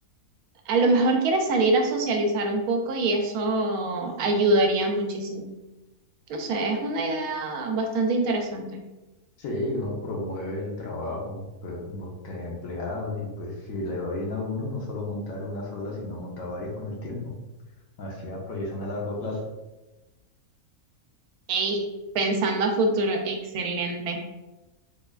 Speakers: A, on the right; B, on the left.
A: A lo mejor quieres salir a socializar un poco y eso ayudaría muchísimo. No sé, es una idea bastante interesante.
B: Sí, uno promueve el trabajo, pues uno tiene empleados y pues si le va bien a uno, no solo montar una sola, sino montar varias con el tiempo. Hacia proyección a largo plazo.
A: Ey, pensando a futuro, excelente.